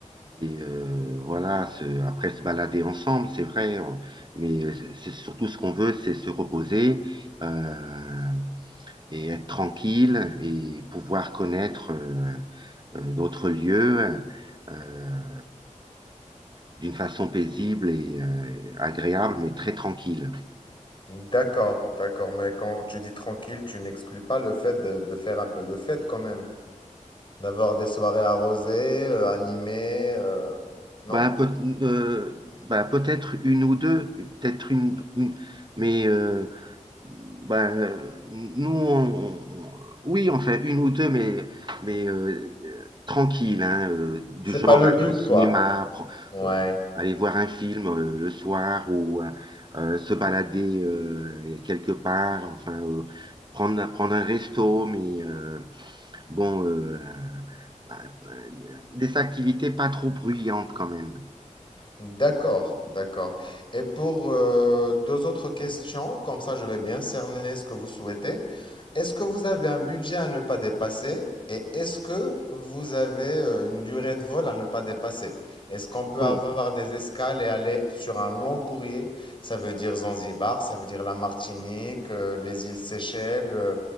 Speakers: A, on the right; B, on the left.
A: et, euh, voilà, se- après se balader ensemble, c'est vrai, on- mais euh, c'est surtout ce qu'on veut, c'est se reposer euh, et être tranquille et pouvoir connaître euh, euh, d'autres lieux euh, d'une façon paisible et euh, agréable, mais très tranquille.
B: D'accord, d'accord. Mais quand tu dis tranquille, tu n'exclus pas le fait de, de faire un peu de fête quand même. D'avoir des soirées arrosées, euh, animées, euh, non?
A: Ben, peut, euh, ben, peut-être une ou deux, peut-être une, une mais euh, Ben, euh, nous, on- on- on- oui, on fait une ou deux, mais, mais euh, tranquille, hein, euh, du
B: C'est
A: genre
B: pas le
A: aller
B: but,
A: au cinéma,
B: quoi.
A: pro-
B: Ouais.
A: euh, aller voir un film euh, le soir ou euh, euh, se balader euh, quelque part, enfin, euh, prendre, prendre un resto, mais euh, bon, euh, euh, euh, des activités pas trop bruyantes quand même.
B: D'accord, d'accord. Et pour euh, deux autres questions, comme ça je vais bien cerner ce que vous souhaitez. Est-ce que vous avez un budget à ne pas dépasser? Et est-ce que vous avez euh, une durée de vol à ne pas dépasser? Est-ce qu'on peut
A: Donc,
B: avoir des escales et aller sur un long courrier? Ça veut dire Zanzibar, ça veut dire la Martinique, euh, les îles Seychelles, euh,